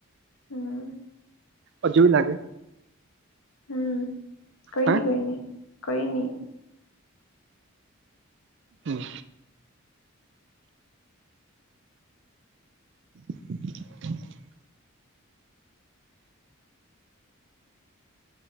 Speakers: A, on the left; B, on the right.
A: હમ્મ.
B: હજુ બી લાગે?
A: હમ્મ, કોઈ
B: હે
A: ની કોઈ ની કોઈ ની.
B: હમ્મ. <inaudible>